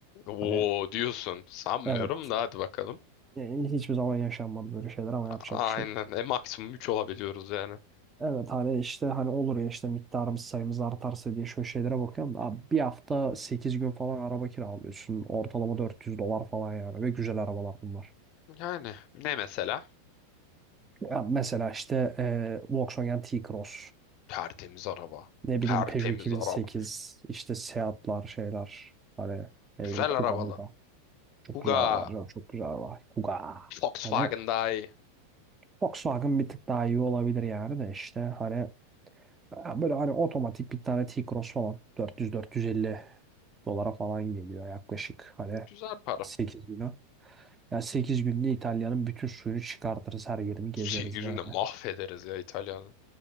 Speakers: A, on the left (about 50°); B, on the right (about 20°).
A: Oo
B: Hani
A: diyorsun. Sanmıyorum
B: evet
A: da hadi bakalım.
B: e, hiçbir zaman yaşanmadı böyle şeyler ama yapacak
A: Aynen.
B: bir şey
A: E, maksimum üç olabiliyoruz yani.
B: Evet hani işte hani olur ya işte miktarımız sayımız artarsa diye şöyle şeylere bakıyorum. da, Abi bir hafta 8 gün falan araba kiralıyorsun. Ortalama 400 dolar falan yani ve güzel arabalar bunlar.
A: Yani ne mesela?
B: Ya mesela işte eee, Volkswagen T-Cross,
A: Tertemiz araba.
B: ne
A: Tertemiz
B: bileyim Peugeot 2008,
A: araba.
B: işte Seat'lar şeyler hani ne
A: Güzel
B: bileyim Kuga
A: arabalı.
B: Muga. Çok
A: Kuga.
B: güzel arabalar canım çok güzel arabalar. Kuga.
A: Volkswagen
B: Hani
A: daha iyi.
B: Volkswagen bir tık daha iyi olabilir yani de işte hani ha, böyle hani otomatik bir tane T-Cross falan dört dört yüz dört yüz elli. dolara falan geliyor yaklaşık. Hani
A: Güzel para.
B: 8 günü. Yani 8 günde İtalya'nın bütün suyunu çıkartırız. Her yerini gezeriz
A: Şey yüzünde
B: yani.
A: mahvederiz ya İtalya'nın.